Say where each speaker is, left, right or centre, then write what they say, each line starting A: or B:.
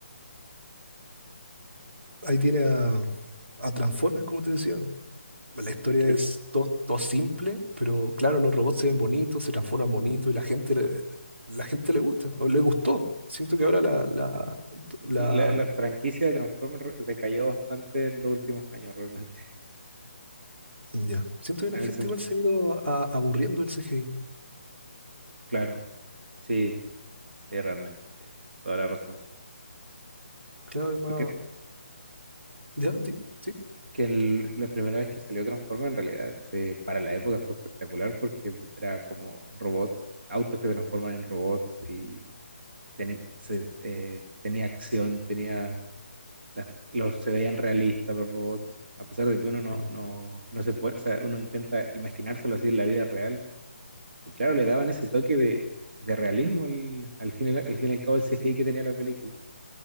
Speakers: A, on the right; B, on the right.
A: Ahí tiene a, a Transformers, como te decía. La historia
B: Es que
A: es todo, todo simple, pero claro, los robots se ven bonitos, se transforman bonitos y la gente le, la gente le gusta, o le gustó. Siento que ahora la, la, la-
B: la, la franquicia de Transformers re- decayó bastante en los últimos años realmente,
A: ya. Siento
B: <laughs>
A: que
B: en
A: la gente
B: el sentido,
A: igual se ha ido a- aburriendo del CGI.
B: claro. Sí, Sí, realmente, toda la razón.
A: Claro, es más.
B: Porque
A: Ya, di- sí.
B: es que el- la primera vez que salió Transformers, en realidad, se, para la época fue espectacular porque era como robots, autos que se transforman en robots y ten- se- eh, tenía acción, tenía las- los, se veían realistas los robots, a pesar de que uno no,
A: Ahí bien.
B: no, no se puede, o sea, uno intenta imaginárselo así en la vida real. Y claro, le daban ese toque de, de realismo al, al fin, y al al fin y al cabo el CGI que tenía la película.